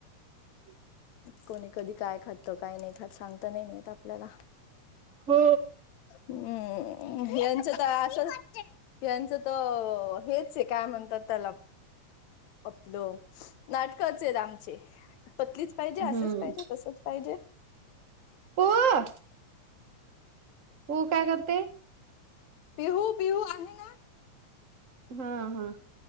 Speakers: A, on the right; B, on the left.
A: <inaudible>
B: कोणी कधी काय खातं काय नाही खात सांगता नाही येत आपल्याला.
A: हो
B: हम्म यांचं तर असंच यांचं तर हेच आहे काय म्हणतात त्याला आपलं नाटकचं आमचे पतलीच पाहिजे
A: हम्म
B: असंच पाहिजे तसच पाहिजे.
A: प पू काय करते?
B: पिहू पिहू आहे ना?
A: हा हा.